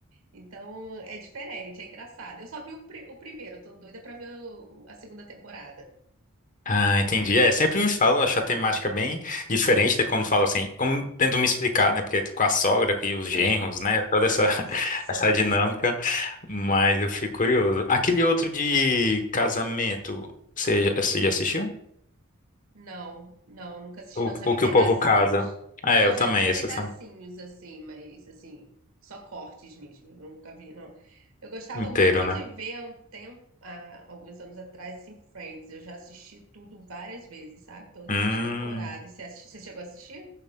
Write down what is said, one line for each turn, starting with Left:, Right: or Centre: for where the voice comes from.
Right: Então é diferente, é engraçado. Eu só vi o, pri- o primeiro, eu tô doida pra ver o- a segunda temporada.
Left: Ah, entendi. É, sempre me falo, acho a temática bem diferente de quando falo assim, como tento me explicar, né? Porque com a sogra e os
Right: É,
Left: genros, né? Toda essa,
Right: isso.
Left: <laughs> essa dinâmica, mas eu fico curioso. Aquele outro de casamento, você, já você já assistiu?
Right: Não, não, nunca assisti
Left: O,
Right: não. Já vi
Left: o que
Right: pedacinhos.
Left: o povo casa. Ah,
Right: É,
Left: é, eu
Right: eu já
Left: também,
Right: vi
Left: esse
Right: pedacinhos
Left: eu tam-
Right: assim, mas assim, só cortes mesmo, nunca vi não. Eu gostava
Left: inteiro,
Right: muito
Left: né?
Right: de ver há um tempo, há alguns anos atrás, assim, Friends. Eu já assisti tudo várias vezes, sabe? Todas
Left: Hum,
Right: as temporadas. Você, assisti- você chegou a assistir?